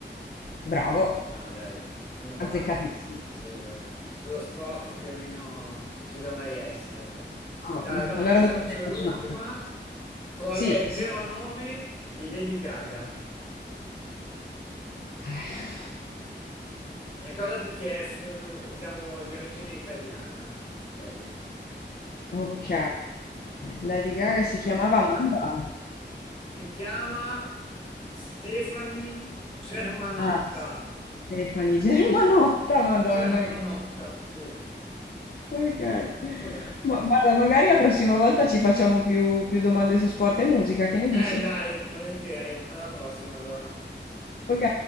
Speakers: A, on the left (about 55°); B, on the left (about 30°).
A: Bravo,
B: No, dai, fino a qua.
A: azzeccatissimo.
B: Sì, dai. Sullo sport più o meno ci dovrei essere, ecco.
A: Va
B: Dai,
A: bene,
B: allora
A: Allora
B: ti
A: dopo
B: faccio
A: te ne faccio
B: l'ultima.
A: un'altra.
B: Qual
A: Sì,
B: è il
A: sì.
B: vero nome di Lady Gaga?
A: <sighs>
B: Ricordati che è, mm, diciamo, di origine italiana, lei.
A: Ok, Lady Gaga si chiamava Amanda.
B: Si chiama Stefani Germanotta.
A: Ah, Stefani Germanotta, <laughs> Madonna.
B: Germanotta, sì.
A: Ok.
B: Vabbè.
A: Ma guarda, magari la prossima volta ci facciamo più, più domande su sport e musica, che ne dici?
B: Eh dai, volentieri, alla prossima allora.
A: Ok.